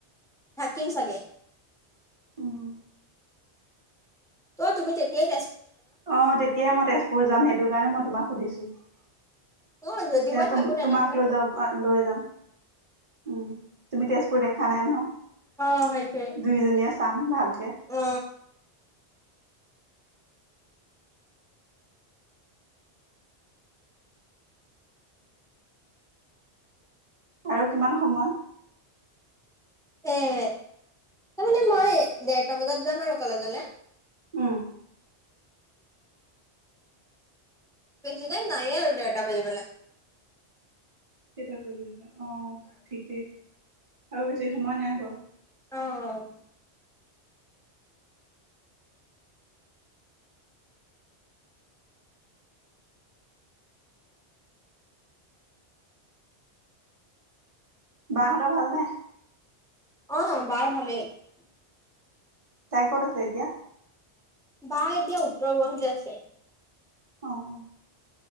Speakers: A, in the centre; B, on the right.
A: থাকিম চাগে
B: উম
A: ত তুমি তেতিয়াই তেজ
B: অ তেতিয়াই মই তেজপুৰ যাম সেইটো কাৰণে মই তোমাক সুধিছো সেয়া
A: অ যদি মই থাকো তেনেহলে
B: তোমাক লৈ যাম আ লৈ যাম উম তুমি তেজপুৰ দেখা নাই নহয়
A: অ সেইটোৱে
B: দুইজনীয়ে চাম ভালকে
A: অ
B: আৰু কিমান সময়
A: এ তাৰমানে মই ডেৰটা বজাত যাম আৰু কলেজলে
B: উম,
A: বেছি টাইম নাইয়ে আৰু ডেৰটা বাজি বলে
B: কেইটা বাজিছে অ' ঠিকেই আৰু বেছি সময় নাই বাৰু
A: অ', অ',
B: বাহতৰ ভালনে
A: অহ বাৰ ভালেই।
B: তাই ক'ত আছে এতিয়া?
A: তাই এতিয়া উত্তৰ গুৱাহাটীত আছে
B: অহ।